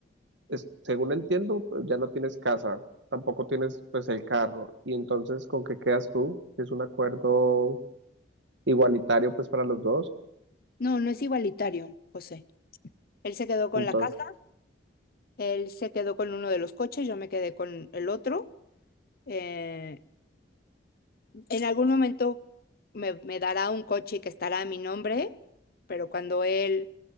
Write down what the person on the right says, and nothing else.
es- según entiendo, pues, ya no tienes casa, tampoco tienes pues el carro, y entonces ¿con qué quedas tú? Si Es un acuerdo igualitario pues para los dos,
entonces,